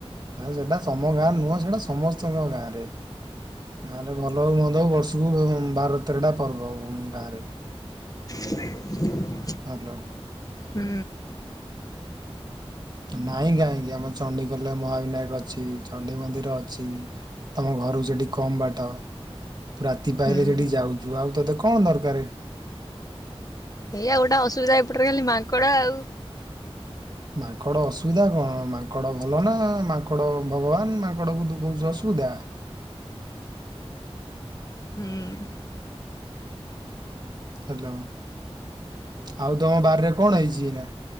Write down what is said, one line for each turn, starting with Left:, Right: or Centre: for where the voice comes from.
Right: ଆଉ ସେଟା ତମ ଗାଁ ନୁହଁ ସେଇଟା ସମସ୍ତଙ୍କ ଗାଁରେ। ଆରେ ଭଲ ହଉ ମନ୍ଦ ହଉ ବର୍ଷ ସୁ ବାର ତେରଟା ପର୍ବ ଗାଁରେ।
Left: <inaudible>
Right: ହାଲୋ।
Left: ହୁଁ।
Right: ନାଇଁ କାହିଁକି ଆମ ଚଣ୍ଡିୀଖୋଲରେ ମହାବିନାୟକ ଅଛି, ଚଣ୍ଡି ମନ୍ଦିର ଅଛି ତମ ଘରୁ ସେଠି କମ ବାଟ। ରାତି ପାଇହଲେ
Left: ହୁଁ।
Right: ସେଠି ଯାଉଛୁ ଆଉ ତତେ କଣ ଦରକାରେ?
Left: ଏଇଆଗୋଟେ ଅସୁବିଧା ଏପଟରେ ଖାଲି ମାଙ୍କଡ ଆଉ।
Right: ମାଙ୍କଡ ଅସୁବିଧା କଣ ମାଙ୍କଡ ଭଲ ନା ମାଙ୍କଡ ଭଗବାନ ମାଙ୍କଡ କୁ ତୁ କହୁଛୁ ଅସୁବିଧା
Left: ହଁ।
Right: ହାଲୋ। ଆଉ ତମ ବାରିରେ କଣ ହେଇଛି ଏଇନା